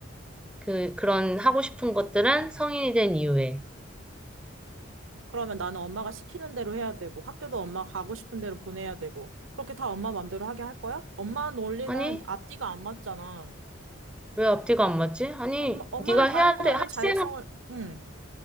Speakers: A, in the centre; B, on the right (about 70°).
A: 그 그런 하고 싶은 것들은 성인이 된 이후에.
B: 그러면 나는 엄마가 시키는 대로 해야 되고, 학교도 엄마 가고 싶은 대로 보내야 되고, 그렇게 다 엄마 맘대로 하게 할 거야? 엄마 논리는
A: 아니,
B: 앞뒤가 안 맞잖아.
A: 왜 앞뒤가 안 맞지? 아니,
B: 엄마, 엄마는
A: 네가
B: 다른
A: 해야
B: 거에는
A: 돼. 학생
B: 자율성을, 응.